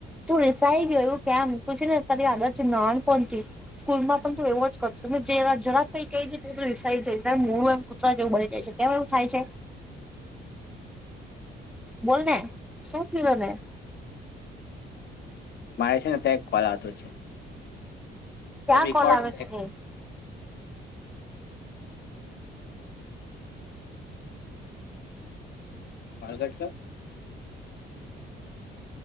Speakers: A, in the centre; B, on the left.
A: તું રીસાઈ ગયો એવું કેમ? તું છેને તારી આદત છે નાનપણથી સ્કૂલમાં પણ તું એવો જ કરતોને જે જરાક કંઈ કેઈ તો તુ રિસાઈ જાય તારૂ મોડુ એમ કૂતરા જેવું બની જાય છે. કેમ એવું થાય છે? બોલને. શું થ્યુ તને?
B: મારે છેને તે એક કોલ આવતો છે.
A: ક્યાં
B: રેકોર્ડ
A: કોલ આવે છે
B: માલઘટ ક